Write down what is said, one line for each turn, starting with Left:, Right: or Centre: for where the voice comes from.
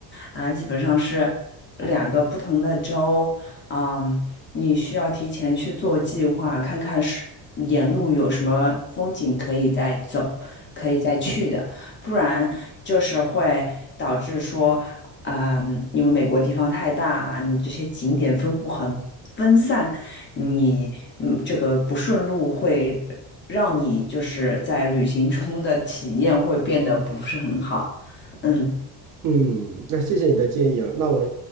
Left: 啊、基本上是两个不同的州。嗯，你需要提前去做计划，看看是沿路有什么风景可以再走，可以再去的。不然就是会导致说，啊、因为美国地方太大啊，你这些景点分布很分散，你嗯这个不顺路会让你就是在旅行中的体验会变得不是很好。嗯
Right: 嗯，那谢谢你的建议啊。那我，